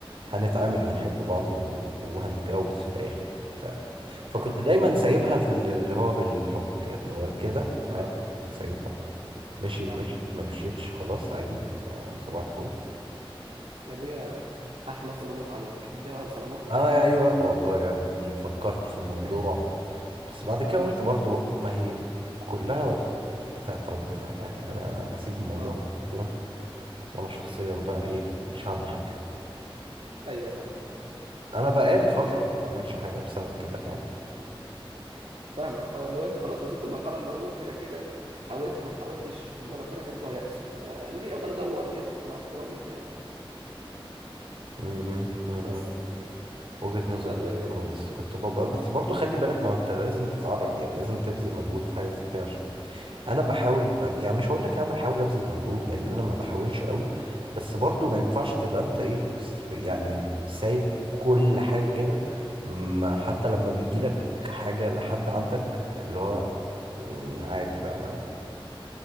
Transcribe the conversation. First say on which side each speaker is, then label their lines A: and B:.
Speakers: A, on the right; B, on the right.
A: هنتعامل
B: أمم.
A: ونحب بعض و... وهنتجوز في الاخر بتاع فكنت
B: اه فاهم
A: دايما سايبها اللي هو بالحب كده اللي هو كده فاهم
B: اه
A: سايبها مشيت
B: فاهم
A: مشيت ما مشيتش خلاص عادي س- صباح
B: أمم.
A: الفل
B: يا ابويا احلى صالونات عليك اديها واحده صالونات
A: اه ايوه والله يا
B: اه
A: ابني فكرت في الموضوع
B: <laughs>
A: بس بعد كده قلت برضو ما هي كلها بتاعت ربنا يعني انا هسيب الموضوع
B: آه.
A: ربنا وانا شخصيا بقى ايه مش هعمل حاجه
B: ايوه فاهم
A: انا بقالي فتره
B: إيه.
A: ما بعملش حاجه بسبب كده فاهم
B: فاهمك اه اللي هو انت خلاص وصلت لمرحله اللي هو كده كده حاولت ما حاولتش اللي ربنا كاتبه هيحصل فليه افضل ادور والف على الفاضي فاهم
A: مهم، مهم.
B: بس
A: وجهة نظر
B: ده اللي يعني
A: طبعاً،
B: كده
A: بس كنت ببقى
B: اه
A: بس برضو خلي بالك ما انت لازم تتعرف يعني لازم تبذل مجهود في حاجة زي كده عشان انا بحاول يعني مش هقول لك انا بحاول ابذل مجهود لان انا ما بحاولش قوي بس برضو ما ينفعش تبقى انت ايه يعني سايب كل حاجة كده ما- حتى لما بيجي لك حاجة لحد عندك اللي هو "مم، عادي بقى انا